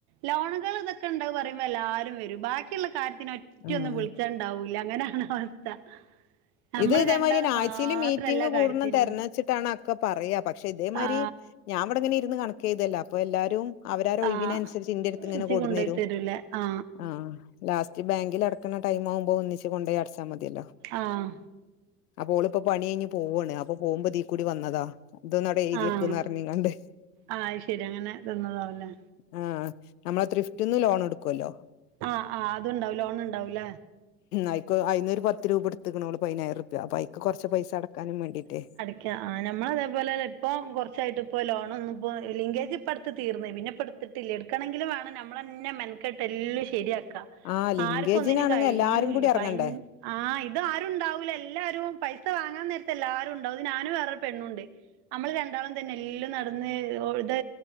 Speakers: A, on the right (about 55°); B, on the left (about 75°).
A: ലോണുകള് ഇതൊക്കെ ഇണ്ട് പറയുമ്പോ എല്ലാവരും വരും. ബാക്കിള്ള കാര്യത്തിന് ഒറ്റ
B: ഉം
A: ഒന്ന് വിളിച്ചാ ഇ ണ്ടാവൂല അങ്ങനാണ്‌ അവസ്ഥ. നമ്മള്
B: ഇത് ഇതേമാതിരിനെ
A: രണ്ടാള്
B: ആഴ്ചയില്
A: മാത്രം
B: മീറ്റിംഗ്കൂടണം
A: എല്ലാ കാര്യത്തിനും
B: തേര്ന വെച്ചിട്ടാണ് ഒക്കെ പറയ പക്ഷെ ഇതേ മാതിരി
A: ആ
B: ഞാൻവിടെങ്ങന ഇര്ന്ന് കണക്കെയ്തല്ലെ അപ്പൊ എല്ലാരും അവരാരോ
A: ആ
B: ഒഴിവിന് അനുസരിച്ച് ഇന്റെ അടുത്ത് ഇങ്ങനെ
A: ഇജ്ജ്
B: കെട്ന്നരും.
A: കൊണ്ടോയി തരൂലേ ആ
B: ആഹ് ലാസ്റ്റ് ബാങ്കിൽ അടക്കുന്ന ടൈം ആവുമ്പോ ഒന്നിച്ച് കൊണ്ടായി അടച്ചാൽ മതിയല്ലോ.
A: ആഹ്
B: അപ്പോ ഓളിപ്പ പണി കഴിഞ്ഞ് പോവാണ് അപ്പൊ പോകുമ്പോ ദീ കൂടി വന്നതാ. ഇതൊന്നടെ എഴുതിയക്കെന്ന്
A: ആഹ്
B: പർഞ്ഞ്കാണ്ട്
A: ആഹ് അത് ശരി അങ്ങനെ തിന്നതാവുല്ലേ
B: ആഹ് നമ്മളെ തിർഫ്റ്റന്ന് ലോൺ എടുക്കുല്ലോ.
A: ആഹ് ആഹ് അതണ്ടാവും ലോൺ ഉണ്ടാവുല്ലേ.
B: അയ്ക്ക് അയിന്നൊരു പത്ത് രൂപ എടുക്കണോളൂ പതിനായിരം അയിക്ക് കൊറച്ച പൈസ അടക്കാനും വേണ്ടിട്ടേ
A: കയ ആ നമ്മള അതേപോലെ ഇപ്പോൾ കുറച്ചായിട്ട് ഇപ്പോൾ ലോണൊന്നും ഇപ്പോൾ ലിങ്കേജ് ഇപ്പോടുത്ത് തീർന്നേ പിന്നെ ഇപ്പടു ത്തിട്ടില്ല എടുക്കണങ്കിലും വേണം നമ്മളന്നെ മെൻക്കെട്ട് എല്ലും ശരിയാക്ക.
B: ആഹ് ലിങ്കേജിനാണെങ്കി
A: ആർക്കും ഒന്നിനന് കഴിയൂല്ല
B: എല്ലാരും കൂടി എറങ്ങണ്ടേ
A: ഭയ ആഹ് ഇത് ആരുണ്ടാവൂല എല്ലാരും പൈസ വാങ്ങാൻ നേരത്തെ എല്ലാരും ഉണ്ടാവും ഇത് ഞാനും വേറെ പെണ്ണുണ്ട്. നമ്മള് രണ്ടാളും തന്നെ എല്ലാം നടന്ന് ഇത്